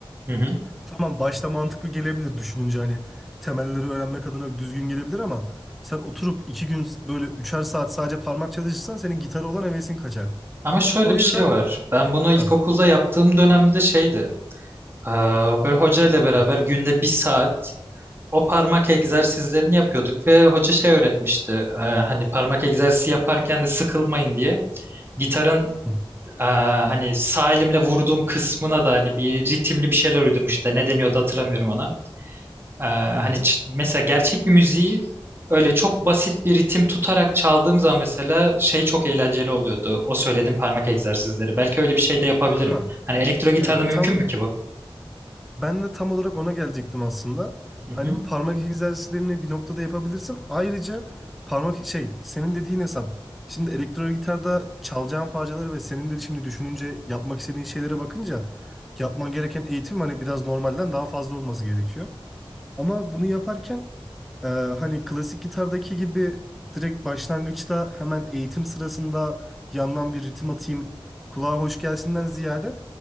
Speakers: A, on the right; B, in the centre.
A: hı hı.
B: Tamam başta mantıklı gelebilir düşününce hani temelleri öğrenmek adına düzgün gelebilir ama sen oturup iki gün böyle üçer saat sadece parmak çalışırsan senin gitara olan hevesin kaçar.
A: Ama şöyle
B: O
A: bir
B: yüzden
A: şey var. Ben bunu ilkokulda
B: Hah.
A: yaptığım dönemde şeydi. e, böyle hoca ile beraber
B: Hı,
A: günde bir saat o parmak egzersizlerini yapıyorduk ve hoca şey öğretmişti. e, hani parmak egzersizi yaparken de sıkılmayın diye gitarın
B: hı,
A: Ee, hani sağ elimle vurduğum kısmına da hani bir ritimli bir şeyler uydurmuş da ne deniyordu hatırlamıyorum ona. Ee,
B: hı, hı.
A: hani ç- mesela gerçek bir müziği öyle çok basit bir ritim tutarak çaldığım zaman mesela şey çok eğlenceli oluyordu. O söylediğim parmak egzersizleri. Belki öyle bir şey de yapabilirim.
B: Hah.
A: Hani elektro gitarda
B: Evet
A: mümkün
B: tam
A: mü ki bu?
B: Ben de tam olarak ona gelecektim aslında.
A: Hı
B: Hani
A: hı.
B: bu parmak egzersizlerini bir noktada yapabilirsin. Ayrıca parmak şey senin dediğin hesap. Şimdi elektro gitarda çalacağın parçalara ve senin de şimdi düşününce yapmak istediğin şeylere bakınca yapman gereken eğitim hani biraz normalden daha fazla olması gerekiyor. Ama bunu yaparken e, hani klasik gitardaki gibi direkt başlangıçta hemen eğitim sırasında yandan bir ritim atayım kulağa hoş gelsinden ziyade